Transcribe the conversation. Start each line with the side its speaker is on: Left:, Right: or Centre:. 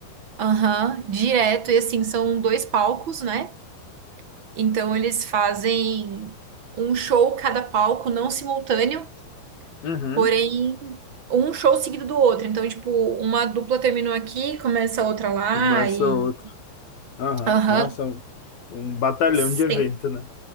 Right: Aham, direto. E assim, são dois palcos, né? Então eles fazem um show cada palco, não simultâneo,
Left: Uhum.
Right: porém um show seguido do outro. Então, tipo, uma dupla terminou aqui, começa a outra lá
Left: Começa
Right: e
Left: outro. Aham.
Right: aham.
Left: Nossa, é um um batalhão
Right: Sim.
Left: de evento, né?